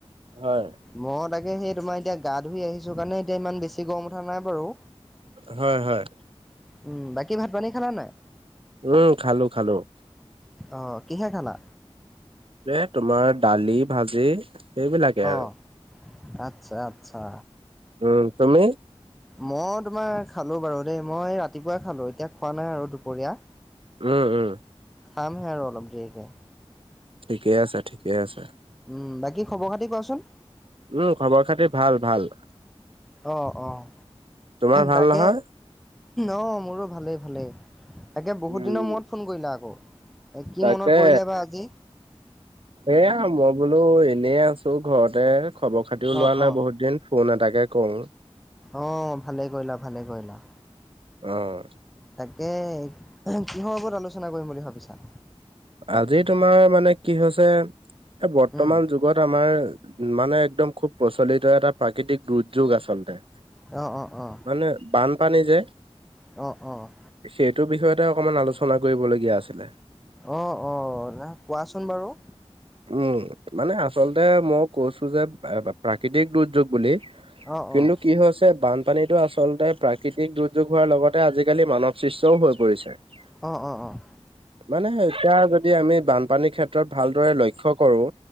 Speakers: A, on the right; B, in the centre.
A: হয়।
B: মই তাকে সেই তোমাৰ এতিয়া গা ধুই আহিছোঁ কাৰণে এতিয়া ইমান বেছি গৰম উঠা নাই বাৰু।
A: হয়, হয়।
B: উম, বাকী ভাত পানী খালা নাই?
A: উম, খালোঁ, খালোঁ।
B: অ', কিহে খালা?
A: এ, তোমাৰ দালি, ভাজি। সেইবিলাকে আৰু
B: অ', আচ্ছা, আচ্ছা।
A: উম, তুমি?
B: মই তোমাৰ খালোঁ বাৰু দেই। মই ৰাতিপুৱাই খালোঁ, এতিয়া খোৱা নাই আৰু দুপৰীয়া।
A: উম, উম।
B: খামহে আৰু অলপ দেৰিকে।
A: ঠিকে আছে, ঠিকে আছে।
B: উম, বাকী খবৰ খাতি কোৱাচোন?
A: উম, খবৰ খাতিৰ ভাল, ভাল।
B: অ', অ',
A: তোমাৰ ভাল
B: তাকে
A: নহয়?
B: অ', মোৰো ভালেই, ভালেই। তাকে বহুত
A: উম
B: দিনৰ মূৰত ফোন কৰিলা আকৌ, এই কি
A: তাকে
B: মনত পৰিলে বা আজি?
A: এয়া মই বোলো এনেই আছ চোৰ ঘৰতে, খবৰ খাতিও
B: অ
A: লোৱা নাই
B: অ
A: বহুত দিন ফোন এটাকে কৰো।
B: অঁ ভালে কৰিলা ভালে কৰিলা।
A: অঁ।
B: তাকে, কিহৰ ওপৰত আলোচনা কৰিম বুলি ভাবিছা?
A: আজি তোমাৰ মানে কি হৈছে এ বৰ্তমান
B: উম
A: যুগ যুগত আমাৰ মানে একদম খুব প্ৰচলিত এটা প্ৰাকৃতিক দুৰ্যোগ আচলতে।
B: অঁ', অঁ', অঁ'।
A: মানে বানপানী যে
B: অঁ', অঁ'।
A: সেইটো বিষয়তে অকনমান আলোচনা কৰিবলগীয়া আছিলে।
B: অঁ অঁ ৰা কোৱাচোন বাৰু।
A: উম, মানে আচলতে মই কৈছো যে প্ৰাকৃতিক দুৰ্যোগ বুলি
B: অ
A: কিন্তু
B: অ
A: কি হৈছে বানপানীটো আচলতে প্ৰাকৃতিক দুৰ্যোগ হোৱাৰ লগতে আজিকালি মানৱ সৃষ্টও হৈ পৰিছে। <unintelligible>
B: অঁ অঁ অঁ'।
A: মানে এতিয়া যদি আমি বানপানীৰ ক্ষেত্ৰত ভালদৰে লক্ষ্য কৰো